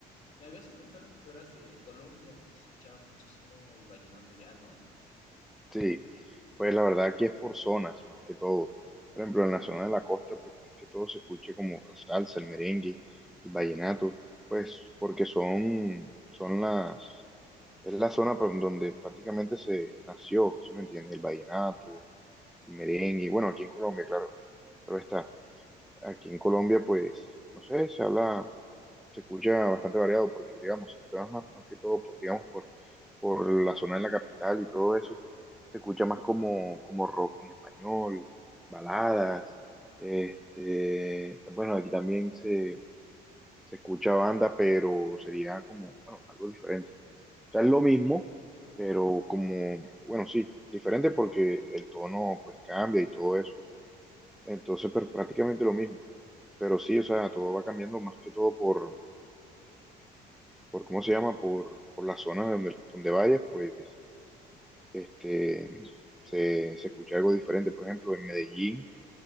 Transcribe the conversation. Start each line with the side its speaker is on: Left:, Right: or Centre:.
Left: Me habías comentado que tú eras de Colombia y que se escuchaba muchísimo el vallenato ya, ¿no?
Centre: Sí, pues la verdad que es por zonas, más que todo. Por ejemplo, en la zona de la costa, pues más que todo se escuche como la salsa, el merengue, el vallenato, pues porque son, son las, es la zona por donde prácticamente se nació, ¿sí me entiendes? El vallenato, el merengue, bueno, aquí en Colombia, claro, pero está, aquí en Colombia, pues, no sé, se habla se escucha bastante variado porque, digamos, si tú te vas más, más que todo, por, digamos, por, por la zona de la capital y todo eso, se escucha más como, como rock en español, baladas, este, bueno, aquí también se, se escucha banda, pero sería como, bueno, algo diferente. O sea, es lo mismo, pero como, bueno, sí, diferente porque el tono pues cambia y todo eso. Entonces, pero prácticamente lo mismo. Pero sí, o sea, todo va cambiando más que todo por, por ¿cómo se llama? Por, por las zonas donde, donde vayas, pues este, se, se escucha algo diferente. Por ejemplo, en Medellín,